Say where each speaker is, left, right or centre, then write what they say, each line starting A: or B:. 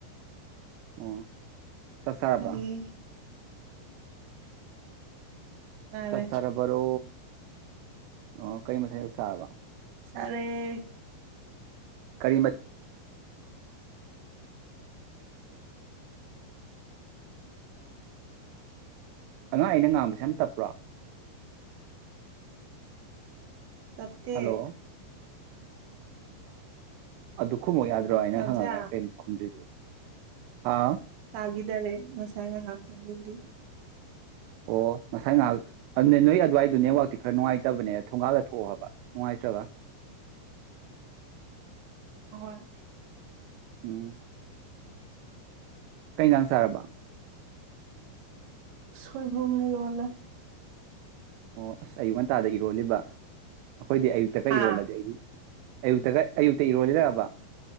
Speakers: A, on the right; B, on the right.
A: ꯑꯣ ꯆꯁꯥꯔꯕ
B: ꯇꯥꯏꯌꯦ ꯆꯥꯔꯦ
A: ꯆꯠꯁꯔꯔꯕꯔꯣ ꯑꯣ ꯀꯔꯤ ꯃꯊꯥꯏꯗ ꯁꯥꯥꯔꯕ
B: ꯁꯔꯦ
A: ꯀꯔꯤꯃ ꯑꯉꯥꯡ ꯑꯩꯅ ꯉꯥꯡꯕꯁꯦ ꯌꯥꯝ ꯇꯞꯄ꯭ꯔꯥ
B: ꯇꯞꯦ
A: ꯍꯜꯂꯣ ꯑꯗꯨ ꯈꯨꯈꯨꯝꯃꯛꯨ ꯌꯥꯗ꯭ꯔꯣ ꯍꯥꯏꯅ
B: ꯂꯝꯖꯥ
A: ꯍꯪꯉ ꯀꯩꯨꯛ ꯈꯨꯝꯗ꯭ꯔꯤꯗꯨꯣ ꯑꯥ
B: ꯇꯒꯔꯦ ꯃꯁꯒ ꯍꯥꯀꯅꯤꯡꯗꯗꯤ
A: ꯑꯣ ꯉꯁꯥꯏ ꯉꯥꯏꯍꯥꯛ ꯑꯗꯨꯅꯦ ꯅꯣꯏ ꯑꯗꯨꯋꯥꯏꯗꯨꯣ ꯅꯦꯠꯋꯥꯛꯇꯤ ꯈꯔ ꯅꯨꯡꯉꯥꯏꯇꯕꯅꯦ ꯊꯣꯡꯒꯥꯜꯂ ꯊꯣꯛꯑꯣꯕ ꯅꯨꯡꯉꯥꯏꯇ꯭ꯔꯒ
B: ꯍꯣꯏ
A: ꯎꯝ ꯀꯩ ꯥꯟ ꯁꯥꯔꯕ
B: ꯁꯣꯏꯕꯨꯝꯅꯤꯔꯉꯂꯦ
A: ꯑꯣ ꯑꯁ ꯑꯌꯨꯛ ꯉꯟꯇꯥꯗ ꯏꯔꯣꯜꯂꯤꯕ ꯑꯩꯈꯣꯏꯗꯤ ꯑꯌꯨꯛꯇꯀ
B: ꯍꯥ
A: ꯏꯔꯣꯜꯂꯗꯤ ꯑꯩꯗꯤ ꯑꯌꯨꯛꯇꯒ ꯑꯌꯨꯛꯇ ꯏꯔꯣꯂꯔꯛꯑꯕ